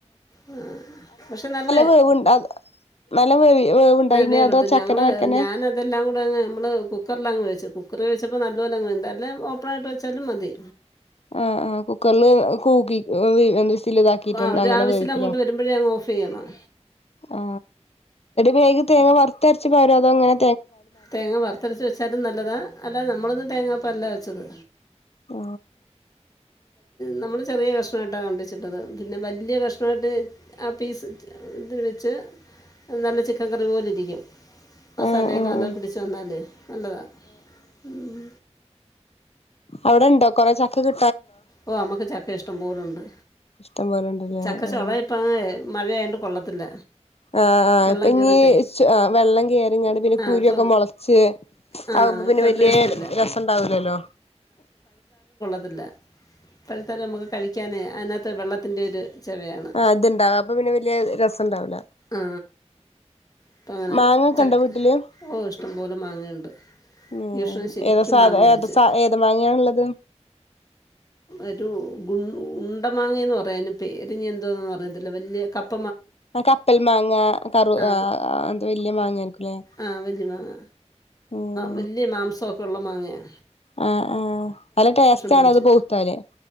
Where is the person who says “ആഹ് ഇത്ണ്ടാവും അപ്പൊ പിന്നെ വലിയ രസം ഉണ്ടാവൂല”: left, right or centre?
Left